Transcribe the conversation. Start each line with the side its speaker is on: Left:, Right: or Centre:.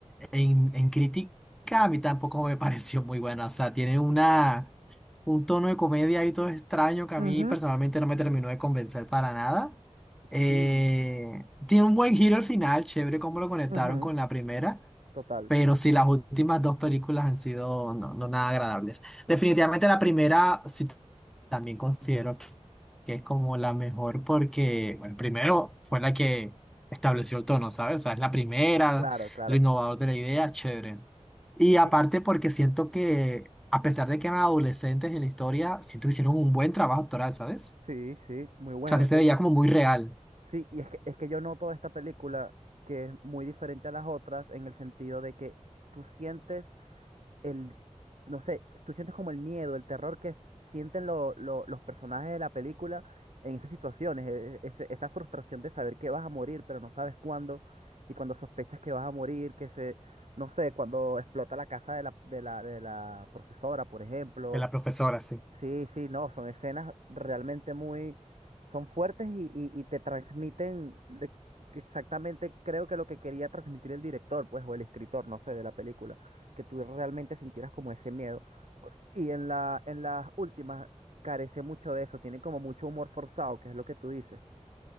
Centre: en, en crítica, a mí tampoco me <laughs> pareció muy buena. O sea, tiene una, un tono de comedia ahí todo extraño que
Right: Sí,
Centre: a mí
Right: ujú,
Centre: personalmente no me terminó de convencer para nada.
Right: Sí,
Centre: Eh, tiene un buen giro al final, chévere cómo lo conectaron
Right: ujú,
Centre: con la primera.
Right: total,
Centre: Pero sí, las últimas dos películas han sido no, no nada agradables. Definitivamente la primera sí también considero que que es como la mejor porque, bueno, primero fue la que estableció el tono, ¿sabes? O sea, es la primera,
Right: claro, claro.
Centre: lo innovador de la idea, chévere. Y aparte
Right: Y-
Centre: porque siento que, a pesar de que eran adolescentes en la historia, siento que hicieron un buen trabajo actoral, ¿sabes?
Right: sí, sí, muy bueno.
Centre: O sea, sí se veía como muy real
Right: Sí, y es que, es que yo noto esta película que es muy diferente a las otras en el sentido de que tú sientes el, no sé, tú sientes como el miedo, el terror que sienten lo- lo- los personajes de la película en esas situaciones, e- e, ese- esa frustración de saber que vas a morir, pero no sabes cuándo, y cuando sospechas que vas a morir, que se, no sé, cuando explota la casa de la, de la, de la profesora, por ejemplo,
Centre: de la profesora, sí.
Right: Sí, sí, no, son escenas realmente muy, son fuertes y, y- y te transmiten le- exactamente, creo que lo que quería transmitir el director, pues, o el escritor, no sé, de la película, que tú realmente sintieras como ese miedo. Por- Y en la, en las últimas carece mucho de eso, tiene como mucho humor forzado, que es lo que tú dices.